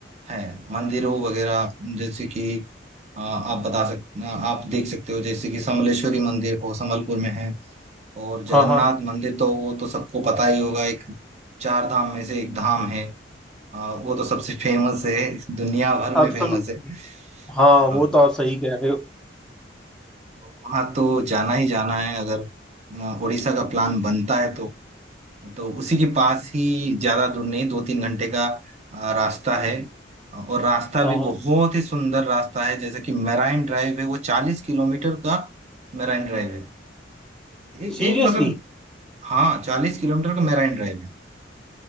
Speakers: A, on the right; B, in the centre.
A: हैं मंदिरों वगैरह जैसे कि आ, आप बता सकते आप देख सकते हो जैसे कि समलेश्वरी मंदिर हो समलपुर में है और जगन्नाथ
B: हाँ हाँ
A: मंदिर तो वो तो सबको पता ही होगा एक चार धाम में से एक धाम है हाँ वो तो सबसे फेमस है दुनिया भर में
B: एब्सोल्युटली
A: फेमस है
B: हाँ
A: हाँ
B: वो तो आप सही कह रहे हो
A: तो वहाँ तो जाना ही जाना है अगर अ, उड़ीसा का प्लान बनता है तो तो उसी के पास ही ज्यादा दूर नहीं दो तीन घंटे का अ, रास्ता है और रास्ता
B: हाँ
A: भी
B: हाँ
A: बहुत ही सुंदर रास्ता है जैसे कि मेराइन ड्राइव है वो चालीस किलोमीटर का मेराइन ड्राइव है ए,
B: सीरियसली
A: एक मतलब हाँ चालीस किलोमीटर का मेराइन ड्राइव